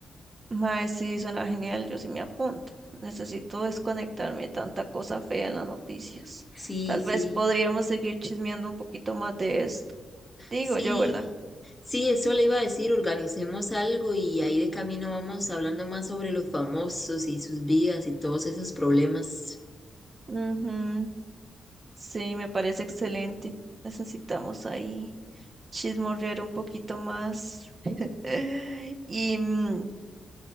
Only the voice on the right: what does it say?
Mae, sí, suena genial, yo sí me apunto. Necesito desconectarme de tanta cosa fea en las noticias.
Tal
vez podríamos seguir chismeando un poquito más de esto. Digo
yo, ¿verdad?
Ujú, Sí, me parece excelente. Necesitamos ahí chismorrear un poquito más. <sighs> <laughs> Y, mm,